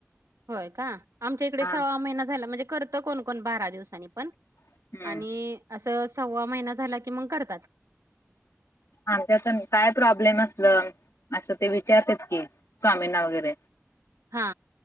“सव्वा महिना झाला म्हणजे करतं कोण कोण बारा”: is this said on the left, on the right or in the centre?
Right